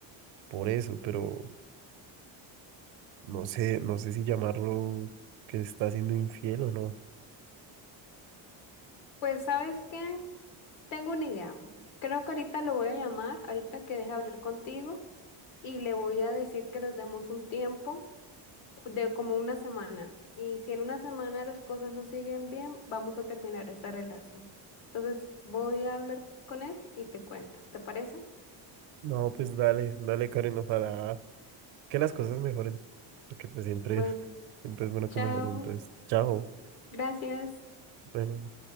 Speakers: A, on the right; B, on the left.
A: por eso, pero no sé, no sé si llamarlo que está siendo infiel o no.
B: Pues, ¿sabes qué? Tengo una idea. Creo que ahorita lo voy a llamar, ahorita que deje hablar contigo, y le voy a decir que nos demos un tiempo de como una semana. Y si en una semana las cosas no siguen bien, vamos a terminar esa relación. Entonces voy a hablar con él y te cuento. ¿Te parece?
A: No, pues dale, dale Karen, ojalá que las cosas mejoren, porque pues siempre,
B: Bueno,
A: siempre es bueno
B: chao.
A: que mejoren, entonces, chao,
B: Gracias.
A: bueno.